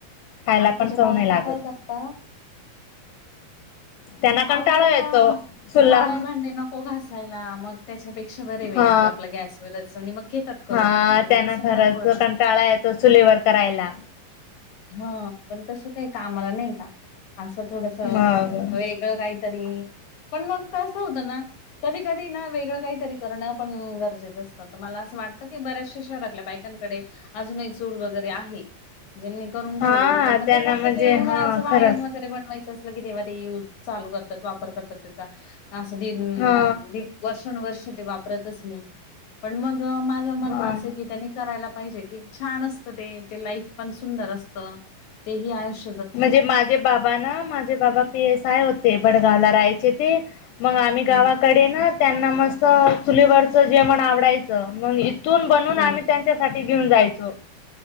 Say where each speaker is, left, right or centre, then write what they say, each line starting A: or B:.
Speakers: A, on the left (about 80°); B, on the left (about 60°).
A: खायला
B: आणि
A: पण
B: तुच्या
A: चव
B: बायक
A: नाही लागत
B: काय करता?
A: त्यांना कंटाळा
B: आवरायला
A: येतो चुल्हा
B: काळे भांडे नको घसायला मग त्याच्यापेकी बरे व
A: हा
B: आप आपल्या गॅसवर चणी मग घेतात करून
A: हा
B: पण
A: त्यांना
B: तसल
A: खरंच
B: नाही कोण?
A: कंटाळा येतो चुलीवर करायला.
B: हा पण तसं काही कामाला नाही का? असं थोडस
A: मग
B: वेगळं काहीतरी पण मगसं होतं ना कधी कधी ना वेगळं काहीतरी करणं पण गरजेचं असतं मला असं वाटत. की बऱ्याचश शहरातल्या बायकांकडे अजूनही चूल वगैरे आहे. ज्यांनी करून
A: हा
B: ठेवलेली पण मग
A: त्यांना
B: ते फक्त
A: म्हणजे
B: ते येऊन
A: हा
B: आणायचं वाण
A: खरंच
B: वगैरे बनवायचं. जर की तेव्हा ते यूज चालू करतात वापर करतात त्याचा असं दिन
A: हा
B: वर्षानुवर्ष ते वापरतच नाही पण मग माझं म्हणणं
A: हा
B: असं की त्यांनी करायला पाहिजे की छान असतं ते ते लाईफ. पण सुंदर अस ते ह आयुष
A: म्हणजे माझे बाबा ना माझे बाबा पी एस आय होते वडगावला राहायचे ते मग आम्ही गावाकडे
B: हम्म
A: ना त्यांना मस्त चुलीवरचं जेवण आवडायचं मग इ इथून बनवून
B: हम्म
A: आम्ही त्यांच्यासाठी घेऊन जायचो.